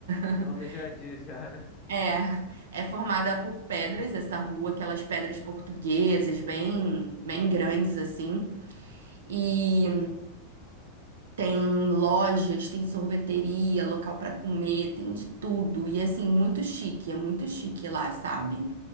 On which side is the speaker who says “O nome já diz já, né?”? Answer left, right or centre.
Left